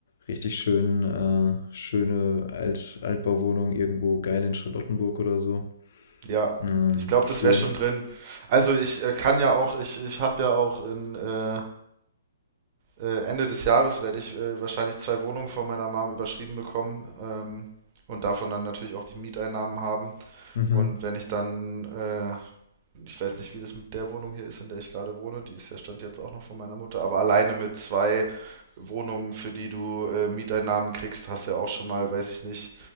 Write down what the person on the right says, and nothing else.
Ja.
Ich glaube,
das wäre schon drin. Also ich äh, kann ja auch, ich, ich habe ja auch in, äh, Äh, Ende des Jahres werde ich äh, wahrscheinlich zwei Wohnungen von meiner Mom überschrieben bekommen ähm, und davon dann natürlich auch die Mieteinnahmen haben.
Und wenn ich dann, äh, ich weiß nicht, wie das mit der Wohnung hier ist, in der ich gerade wohne, die ist ja stand jetzt auch noch von meiner Mutter, aber alleine mit zwei Wohnungen, für die du äh, Mieteinnahmen kriegst, hast ja auch schon mal, weiß ich nicht,